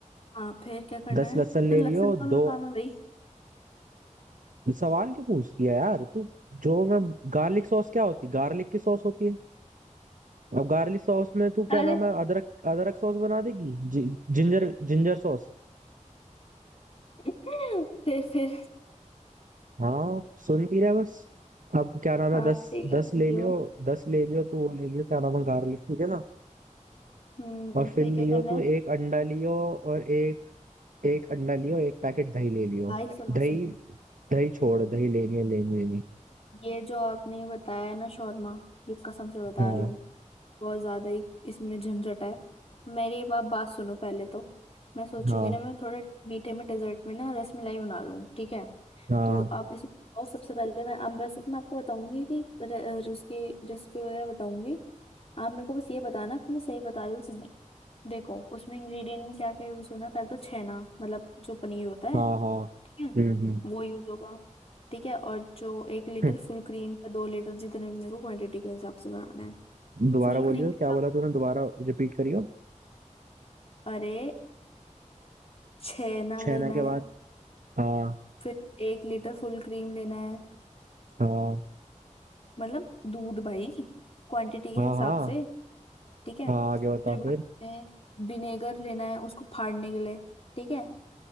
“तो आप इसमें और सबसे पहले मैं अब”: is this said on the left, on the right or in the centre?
Left